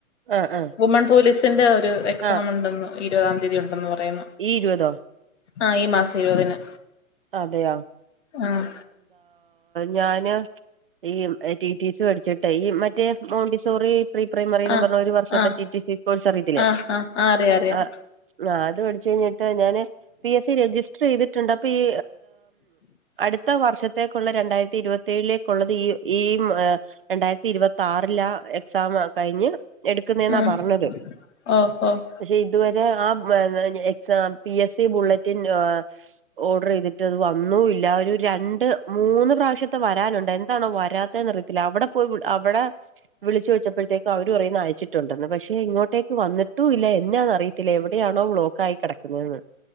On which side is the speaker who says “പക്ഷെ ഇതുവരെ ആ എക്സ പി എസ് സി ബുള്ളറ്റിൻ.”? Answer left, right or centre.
Right